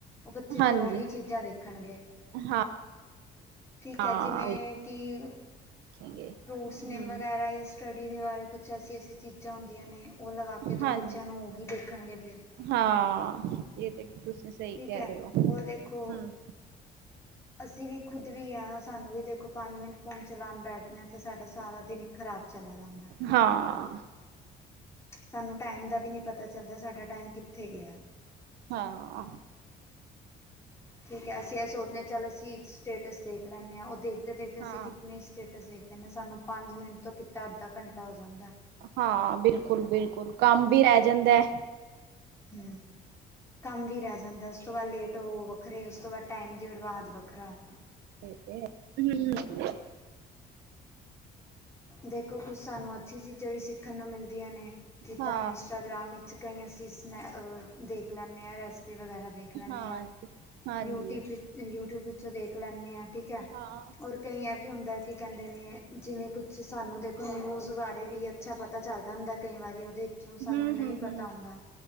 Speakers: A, on the left; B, on the right.
A: ਉਹ ਬੱਚੇ ਫੇਰ
B: ਹਾਂਜੀ
A: ਉਹੀ ਚੀਜ਼ਾਂ ਦੇਖਣਗੇ।
B: ਹਾਂ
A: ਠੀਕ
B: ਹਾਂ
A: ਐ ਜਿਵੇਂ ਕਿ
B: ਦੇਖੇਗੇ
A: ਫਰੂਟਸ
B: ਹਮ
A: ਨੇਮ ਵਗੈਰਾ ਯਾ ਸਟੱਡੀ ਦੇ ਬਾਰੇ ਕੁਛ ਐਸੀ-ਐਸੀ ਚੀਜ਼ ਚਾ ਹੁੰਦੀਆਂ ਨੇ ਉਹ ਲਗਾ ਕੇ
B: ਹਾਂਜੀ
A: ਦੋ ਬੱਚਿਆਂ ਨੂੰ ਉਹੀ ਦੇਖਣਗੇ ਫੇਰ।
B: ਹਾਂ ਏ ਤੇ ਤੁਸੀਂ ਸਈ
A: ਠੀਕ
B: ਕੇ
A: ਹੈ
B: ਰਹੇ ਹੋ,
A: ਔਰ ਦੇਖੋ
B: ਹੂੰ।
A: ਅਸੀਂ ਵੀ ਖੁਦ ਵੀ ਹਾਂ ਸਾਨੂੰ ਵੀ ਦੇਖੋ ਪੰਜ ਮਿੰਟ ਫੋਨ ਚਲਾਉਣ ਬੈਠਦੇ ਹਾਂ ਤੇ ਸਾਡਾ ਸਾਰਾ ਦਿਨ ਖ਼ਰਾਬ ਚਲਾ ਜਾਂਦਾ।
B: ਹਾਂ।
A: ਸਾਨੂੰ ਟਾਈਮ ਦਾ ਵੀ ਨੀ ਪਤਾ ਚੱਲਦਾ ਸਾਡਾ ਟਾਈਮ ਕਿੱਥੇ ਗਿਆ।
B: ਹਾਂ।
A: ਠੀਕ ਐ ਅਸੀਂ ਐ ਸੋਚਨੇ ਆ ਚੱਲ ਅਸੀਂ ਇੱਕ ਸਟੇਟਸ ਦੇਖ ਲੈਂਨੇ ਆ ਉਹ ਦੇਖਦੇ-ਦੇਖਦੇ ਅਸੀਂ
B: ਹਾਂ
A: ਕਿਤਨੇ ਈ ਸਟੇਟਸ ਦੇਖ ਜਨੇ ਸਾਨੂੰ ਪੰਜ ਮਿੰਟ ਤੋਂ ਕੀਤਾ ਅੱਧਾ ਘੰਟਾ ਹੋ ਜਾਂਦਾ।
B: ਹਾਂ ਬਿਲਕੁਲ-ਬਿਲਕੁਲ ਕੰਮ ਵੀ ਰਹਿ ਜਾਂਦਾ ਏ
A: ਹੂੰ। ਕੰਮ ਵੀ ਰਹਿ ਜਾਂਦਾ, ਉਸ ਤੋਂ ਬਾਅਦ ਲੇਟ ਹੋ ਵੱਖਰੇ, ਉਸ ਤੋਂ ਬਾਅਦ ਟਾਈਮ ਦੀ ਬਰਬਾਦ ਵੱਖਰਾ
B: <unintelligible>
A: ਦੇਖੋ ਕੁਛ ਸਾਨੂੰ ਅੱਛੀ ਚੀਜ਼ਾਂ ਵੀ ਸਿੱਖਣ ਨੂੰ ਮਿਲਦੀਆਂ ਨੇ ਜਿਦਾ
B: ਹਾਂ
A: ਇੰਸਟਾਗ੍ਰਾਮ ਵਿੱਚ ਕਈ ਅਸੀਂ ਸਨੈ ਦੇਖ ਲੈਂਦੇ ਹਾਂ ਰੈਸਪੀ ਵਗੈਰਾ ਦੇਖ ਲੈਂਦੇ
B: ਹਾਂ ਹਾਂਜੀ
A: ਆ,
B: ਹਾਂਜੀ
A: ਯੂਟਿਊਬ ਵਿੱਚ ਯੂਟਿਊਬ ਵਿੱਚੋਂ ਦੇਖ ਲੈਂਨੇ ਆ, ਠੀਕ ਹੈ
B: ਹਾਂ
A: ਔਰ ਕਈ ਐ ਵੀ ਹੁੰਦਾ ਕਿ ਕਹਿੰਦੇ ਨੇ ਜਿਵੇਂ ਕੁ ਤੇ ਸਾਨੂੰ ਦੇਖੋ ਨਿਊਜ਼ ਬਾਰੇ ਵੀ ਅੱਛਾ ਪਤਾ ਚੱਲਦਾ ਕਈ ਵਾਰੀ ਉਹਦੇ ਵਿੱਚੋ ਸਾਨੂੰ
B: ਹੂੰ,
A: ਨਹੀ
B: ਹੂੰ, ਹੂੰ
A: ਪਤਾ ਹੁੰਦਾ